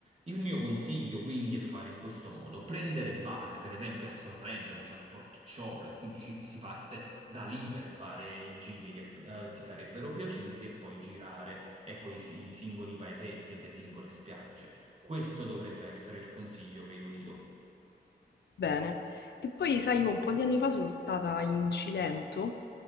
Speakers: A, on the right; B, on the left.
A: Il mio consiglio quindi è fare in questo modo, prendere base per esempio a Sorrento che c'è il porticciolo e quindi ci- si parte da lì per fare i giri che eh, ti sarebbero piaciuti e poi girare ecco, i, si- i singoli paesetti e le singole spiagge. Questo dovrebbe essere il consiglio che io ti do.
B: Bene, che poi sai, io un po' di anni fa sono stata in Cilento